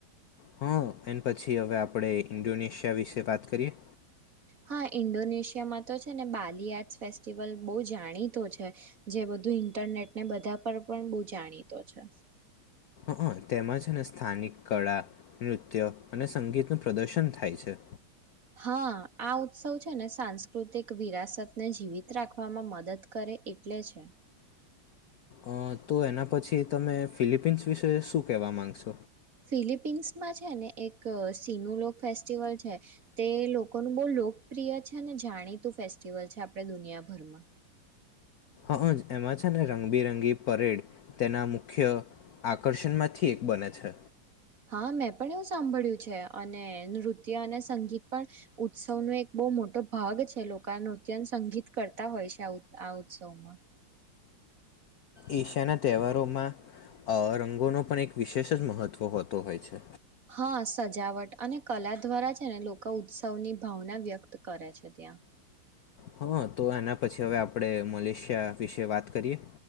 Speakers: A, on the left; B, on the right.
A: હા એ પછી હવે આપણે ઈન્ડોનેશિયા વિશે વાત કરીએ
B: હા ઇન્ડોનેશિયામાં તો છે ને બાલી આર્ટસ ફેસ્ટિવલ બહુ જાણીતો છે જે બધું ઇન્ટરનેટ ને બધા પર પણ બહુ જાણીતો છે.
A: હ તેમજ ને સ્થાનિક કળા નૃત્ય અને સંગીતનું પ્રદર્શન થાય છે.
B: હા આ ઉત્સવ છે ને સાંસ્કૃતિક વિરાસતને જીવિત રાખવામાં મદદ કરે એટલે છે.
A: અ તો એના પછી તમે ફિલિપીન્સ વિશે શું કેહેવા માંગશો
B: ફિલિપિન્સમાં છે ને એક સિનુલોક ફેસ્ટિવલ છે તે લોકોનું બહ લોકપ્રિય છે ને જાણીતું ફેસ્ટિવલ છે આપડે દુનિયાભરમાં
A: હજ એમાં છે ને રંગબિરંગી પરેડ તેના મુખ્ય આકર્ષણમાંથી એક બને છે.
B: હા મેં પણ એવું સાંભળ્યું છે અને નૃત્ય અને સંગીત પણ ઉત્સવનો એક બહુ મોટો ભાગ છે લોકો નૃત્ય અને સંગીત કરતા હોય છે આ આ ઉત્સવમાં
A: એશિયાના તહેવારોમાં અ રંગોનો પણ એક વિશેષ જ મહત્ત્વ હોતો હોય છે.
B: હા સજાવટ અને કલા દ્વારા છે ને લોકો ઉત્સવની ભાવના વ્યક્ત કરે છે ત્યાં.
A: હા તો એના પછી હવે આપણે મલેશિયા વિશે વાત કરીએ.